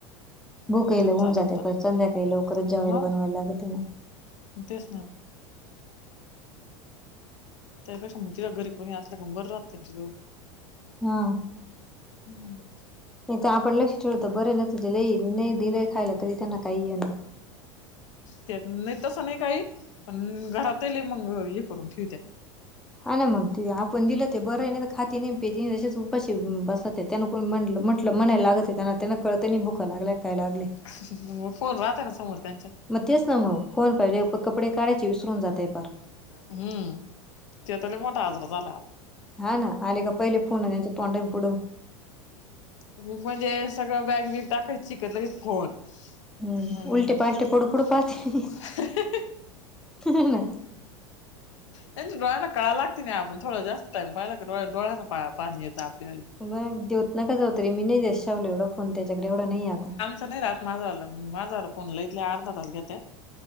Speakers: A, in the centre; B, on the left.
A: भुकेल
B: त्यांचं
A: होऊन
B: चालू
A: जाते.
B: होतं
A: परत संध्याकाळी लवकरच
B: ना
A: जेवायला
B: मग
A: बनवायला लागत म.
B: तेच ना. त्या पेक्षा मग तिला घरी कोणी असल्या का मग बरं राहत तुझं.
A: हा.
B: हम्म.
A: इथं आपण लक्ष ठेवलं तर बरय. नाही तर लय, नाय दिलंय खायला. तरी त्यांना काही हे नाही. <inaudible>
B: त्या ना तसं नाही काही. पण घरातयेल मग हे करून ठेऊत्यात.
A: हा ना मग. ते आपण दिलं ते बरंय. नाही तर खाती ने पीती तशीच उपाशी बसत्या. त्यान कोण म्ह म्हटलं म्हणायला लागत त्यांना. त्यांना कळत नाही. भुक लागल्या काय लागल्या.
B: <unintelligible> फोन राहता ना समोर त्यांच्या.
A: मग तेच ना मग. फोन पाहिले. प कपडे काढायचे विसरून जातय पार.
B: हम्म. ते तर लय मोठा आजार झाला.
A: हा ना. आले का पहिले फोन, त्यांच्या तोंडाई पुढं.
B: म्हणजे, सगळं बॅग - बिग टाकायची, की लगेच फोन. <unintelligible>
A: हम्म उलटे पालटे पडू पडू पाहते <unintelligible>
B: त्यांची डोळ्यांना कळा लागते नाही. आपण थोडा जास्त टाईम पाहायला डो्या- डोळ्याना पाणी येत आपल्याली.
A: मग देत नाका जाऊ. तरी मी नाही देत. शावला एवढा फोन. त्याच्याकडे एवढं नाही आता.
B: नाय रहात माझावाला माझाला फोनला इथले अर्ध तास घेते.